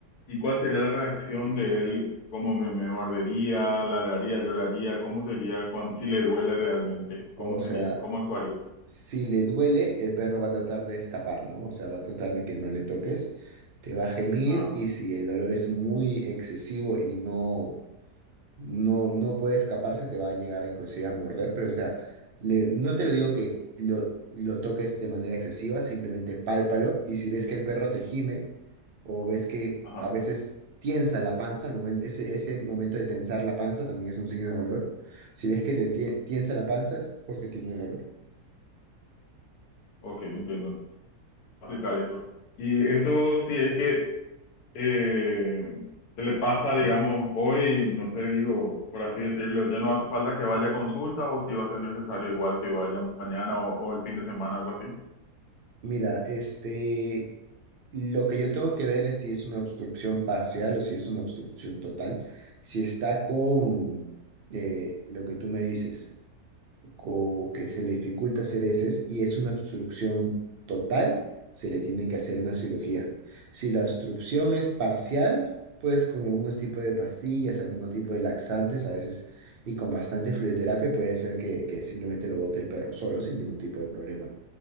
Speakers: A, on the left (about 75°); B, on the right (about 60°).
A: y cuál sería la reacción de él, cómo me, me mordería, ladraría, lloraría, cómo sería, cuando, si le duele realmente,
B: O
A: cómo
B: sea,
A: sería, cómo actuaría.
B: Si le duele, el perro va a tratar de escapar, ¿no? O sea, va a tratar de que no le toques, te va a gemir
A: Ah,
B: y si el dolor es muy excesivo y no, no, no puede escaparse, te va a llegar a inclusive a morder, pero o sea, le- no te lo digo que lo, lo toques de manera excesiva, simplemente pálpalo y si ves que el perro te gime o ves que
A: ajá,
B: a veces tiensa la panza, el momento, ese, ese momento de tensar la panza también es un signo de dolor, si ves que te tie- tiensa la panza es porque tiene dolor.
A: ok, entiendo, aplicar eso. Y esto sí es que eh, se le pasa, digamos, hoy, no sé, digo, por así decirlo, ya no hace falta que vaya a consulta o si va a ser necesario igual que vaya mañana o, o el fin de semana, algo así.
B: Mira, este, lo que yo tengo que ver es si es una obstrucción parcial o si es una obstrucción total. Si está con eh, lo que tú me dices, co- que se le dificulta hacer heces y es una obstrucción total, se le tiene que hacer una cirugía. Si la obstrucción es parcial, pues con algunos tipos de pastillas, algunos tipos de laxantes, a veces y con bastante fluidoterapia puede ser que, que simplemente lo bote el perro solo sin ningún tipo de problema